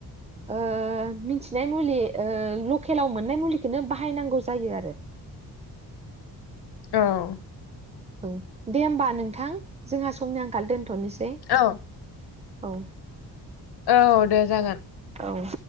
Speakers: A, on the right; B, on the left.
A: ओ मिन्थिनाय मुलि ओ लक केलाव मोननाय मुलिखौनो बाहायनांगौ जायो आरो।
B: औ
A: ओं दे होमबा नोंथां जोंहा समनि आंखाल दोन थ'निसै।
B: औ
A: औ
B: औ दे जागोन।
A: औ